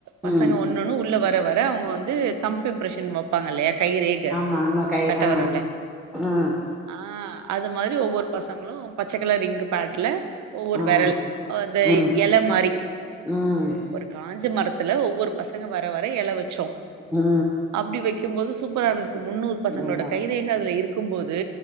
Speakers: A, on the right; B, in the centre.
A: பசங்க
B: ம்
A: ஒண் ணொன்னு உள்ள வர வர அவுங்க வந்து தம் இம்ப்ரஷன் வெப்பாங்க இல்லையா கைரேக
B: மாமா கை
A: கட்ட
B: ஆ
A: விரல்ல
B: ம்
A: ஆ அது மாதிரி ஒவ்வொரு பசங்களு பச்ச கலர் இங்க் பேட்ல ஒவ்வொரு
B: ஆ
A: வெரல் அந்த
B: ம்
A: எல மாரி
B: ம்
A: ஒரு காஞ்ச மரத்துல ஒவ்வொரு பசங்க வர வர எல வச்சோ
B: ஆ
A: அப்டி வக்கும்போது சூப்பரா இருந்துச்சி முன்னூறு பசங்களோட
B: நல்லா இருக்கு
A: கைரேக அதுல இருக்கும்போது